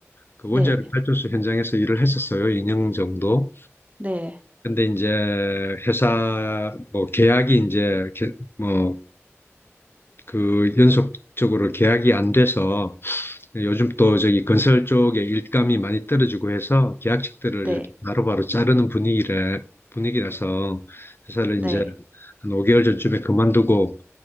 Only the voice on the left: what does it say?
그
원자력 발전소 현장에서 일을 했었어요. 2년 정도.
근데 이제 회사 뭐 계약이 이제 개- 뭐 그 연속적으로 계약이 안 돼서 요즘 또 저기 건설 쪽에 일감이 많이 떨어지고 해서 계약직들을
이렇게 바로바로 자르는 분위기를 분위기라서 회사를
이제 한 5개월 전쯤에 그만두고